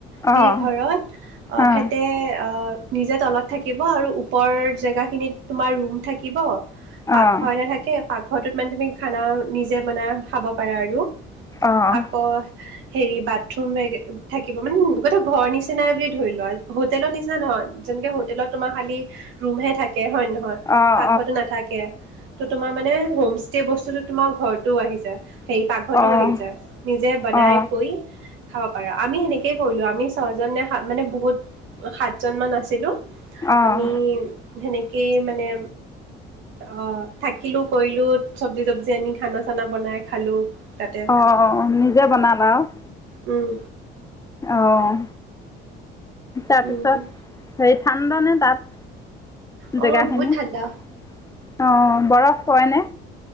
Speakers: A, on the right (about 75°); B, on the left (about 15°).
A: সেই
B: অঁ
A: ঘৰত আহ
B: অঁ
A: সঁতে আহ নিজে তলত থাকিব আৰু ওপৰৰ জেগাখিনিত তোমাৰ ৰুম থাকিব পাকঘৰ
B: অঁ
A: নাথাকে পাক ঘৰটোত মানে তুমি খানা নিজে, মানে খাব পাৰে আৰু।
B: অঁ
A: আকৌ, হেৰি বাথৰুম থাকিব মানে গোটেই ঘৰ নিচিনাই বুলি ধৰি লোৱা হোটেলৰ নিচিনা নহয় যেনেকে হোটেলত তোমাৰ খালি ৰুম হে থাকে। হয় নহয়
B: অঁ অঁ অঁ
A: পাকঘৰতটো নাথাকে ত তোমাৰ মানে হ সেই বস্তুতো তোমাৰ ঘৰত। টো আহি যা। সেই পাকঘতো
B: অঁ
A: আহি যায় নিজে বনাই
B: অঁ
A: কৈ, খাব পাৰো আমি সেনেকেইে কৰিলো আমি ছয়জননে হাত মানে বহুত সাতজন মান আছিলো।
B: অঁ
A: আমি, সেনেকেই মানে অ থাকিলো কৰিলো চাবজি তবজি আনি। খানা চানা বনাই খালোঁ। তাতে
B: অঁ অ নিজে বনালা আৰু?
A: উম,
B: আহ তাৰপিছত
A: উম।
B: সেই, ঠাণ্ডা নে তাত?
A: অ',
B: জেগাখিনি
A: বহুত ঠাণ্ডা।
B: অ'। বৰফ পৰেনে?